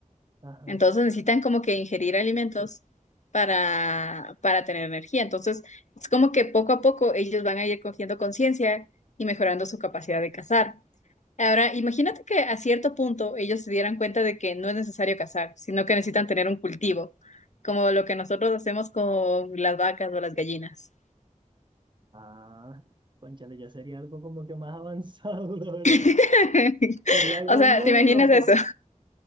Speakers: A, on the right (about 35°); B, on the left (about 60°).
A: Ajá.
B: Entonces necesitan como que ingerir alimentos para, para tener energía. Entonces, es como que poco a poco ellos van a ir cogiendo conciencia y mejorando su capacidad de cazar. Ahora, imagínate que a cierto punto ellos se dieran cuenta de que no es necesario cazar, sino que necesitan tener un cultivo, como lo que nosotros hacemos con las vacas o las gallinas.
A: Ah, cónchale, ya sería algo como que más avanzado, <laughs> la verdad.
B: <laughs>
A: Sería algo
B: O sea,
A: bien
B: ¿te imaginas
A: loco.
B: eso?